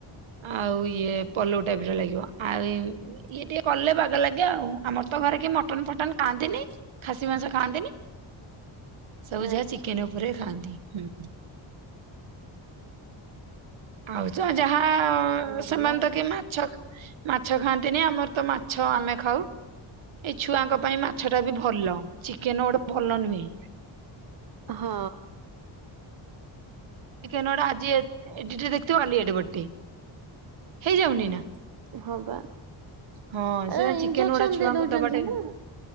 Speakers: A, on the right; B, on the right.
A: ‌ଆଉ ଇଏ ପଲଉ ଟାଇପ୍ ର ଲାଗିବ। ଆ ଇ ଇଏ ଟିକେ କଲେ ବାଗ ଲାଗେ ଆଉ। ଆମର ତ ଘରେ କେ ମ ଟନ୍ ଫଟନ୍ ଖାଆନ୍ତିନି। ଖାସି ମାଂସ ଖାଆନ୍ତିନି। ସବୁ
B: ଆଚ୍ଛା
A: ଯାହା ଚିକେନ୍ ଓ ବୋରେ ଖାଆନ୍ତିି। ହୁଁ। ଆଉ ଯ ଯାହା
B: ଭଲ
A: ସେମାନେ ତ କେହି ମାଛ ମାଛ ଖାଆନ୍ତିନେଇ ଆମର ତ ମାଛ ଆମେ ଖାଉ। ଏ ଛୁଆଙ୍କ ପାଇଁ ମାଛଟା ବି ଭଲ। ଚିକେନ୍ ଓଟେ ଭଲ ନୁହେଁ।
B: ହଁ।
A: ଇଥେନେ ଓଟେ ଆଜି ଏ ଏଡ଼ିଟେ ଦେଖଥିବ କାଲି ଏଡ଼େ ବଡ଼ଟେ। ହେଇଯାଉନେଇ ନା?
B: ହଁ ପା।
A: ହଁ ସେ
B: ଏରା
A: ଚିକେନ
B: ଇଞ୍ଜକ୍ସନ୍
A: ଗୁଡା ଛୁଆଙ୍କୁ
B: ଦେଇ ଦୋଉଚନ୍ତି
A: ଦବାଟା
B: ନାଁ।